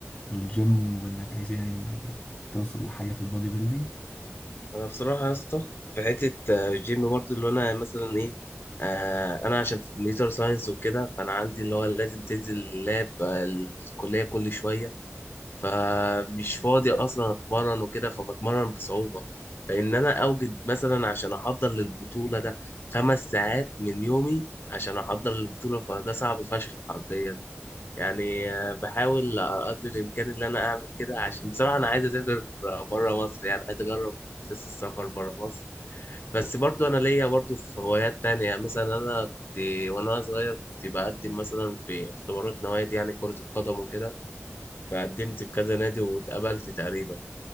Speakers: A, on the left (about 30°); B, on the left (about 50°).
A: غير الجيم وانك عايز يعني توصل لحاجه في البودي بيلدينج
B: انا بصراحه يا اسطى في حته آه، الجيم برضه اللي انا مثلا ايه آه انا عشان في كمبيوتر ساينس وكده فانا عندي اللي هو لازم تنزل اللاب آه، الكليه كل شويه فمش فاضي اصلا اتمرن وكده فبتمرن بصعوبه فان انا اوجد مثلا عشان احضر للبطوله ده خمس ساعات من يومي عشان احضر للبطوله فده صعب فشخ حرفيا يعني آه، بحاول قدر الامكان ان انا اعمل كده عشان بصراحه انا عايز اسافر بره مصر يعني عايز اجرب احساس السفر بره مصر بس برضو انا ليا برضو في هوايات تانية يعني مثلا انا كنت وانا صغير كنت بقدم مثلا في اختبارات نوادي يعني كرة القدم وكده فقدمت في كذا نادي واتقبلت تقريبا